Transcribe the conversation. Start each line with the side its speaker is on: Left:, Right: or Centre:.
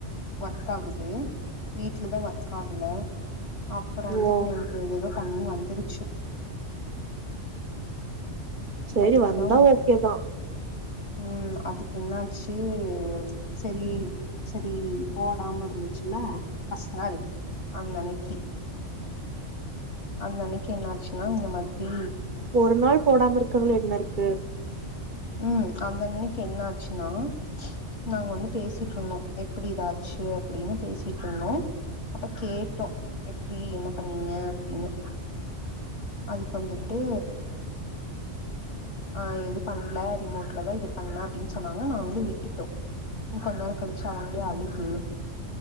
Left: ஒர்க் ஆகுது வீட்டுலதா ஒர்க் ஆகுல அப்பற வந்து
Right: ஓ
Left: நேத்து ஏதேதோ பண்ணி வந்துருச்சு
Right: சேரி
Left: அதுக்குதா
Right: வந்தா ஓகேதா
Left: ம் அதுக்கு என்னாச்சு செரி செரி ஓடாம இருந்துச்சுல ஃபஸ்ட் நாள் அந்தன்னிக்கு அந்த அன்னைக்கு என்னாச்சுனா இந்த மாதிரி
Right: ஒரு நாள் போடாம இரு க்றதுல என்ன இருக்கு
Left: ம் அந்த அன்னிக்கி என்ன ஆச்சுனா நாங்க வந்து பேசிட்ருந்தோ எப்பிடி இதாச்சு அப்டின்னு பேசிட்ருந்தோ அப்ப கேட்டோ எப்டி என்ன பண்ணிங்க அப்டினு அதுக்கு வந்துட்டு அ எது பண்ல ரிமோட்லதா இது பண்ண அப்டின் சொன்னாங்க நாங்ளு விட்டுட்டோ கொஞ்ச நேர கழிச்சு அவங்களே அழுது